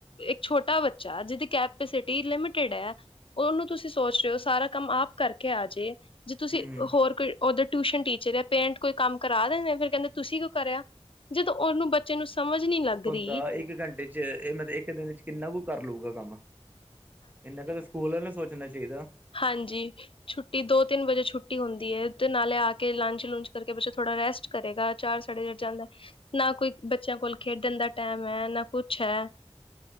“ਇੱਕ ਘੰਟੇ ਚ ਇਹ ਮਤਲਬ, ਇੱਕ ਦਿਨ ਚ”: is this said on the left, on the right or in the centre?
Right